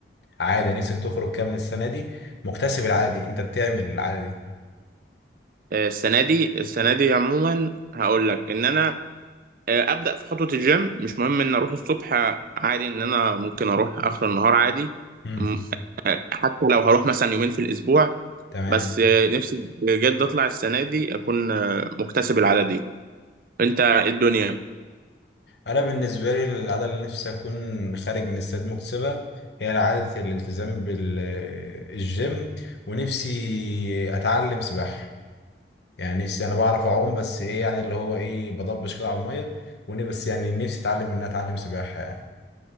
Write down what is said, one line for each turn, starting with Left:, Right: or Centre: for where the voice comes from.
Left: عادة نفسك تخرج كام من السنة دي مكتسب العادة دي انت بتعمل العادة دي
Right: آه، السنه دي السنه دي عموما هقول لك ان انا آه، ابدا في خطوه الجيم مش مهم ان اروح الصبح عادي ان انا ممكن اروح اخر النهار عادي
Left: امم
Right: م- آه، حتى لو هروح مثلا يومين في الاسبوع
Left: تمام
Right: بس آه، نفسي بجد اطلع السنه دي اكون آه، مكتسب العاده دي انت إيه الدنيا
Left: انا بالنسبة لي العادة اللي نفسي اكون خارج من السنة دي مكتسبة هي عادة الالتزام بالجيم ونفسي اتعلم سباحة يعني نفسي انا بعرف اعوم بس ايه يعني اللي هو ايه بضبش كده على المية ونفسي بس يعني نفسي اتعلم ان أنا اتعلم سباحة يعني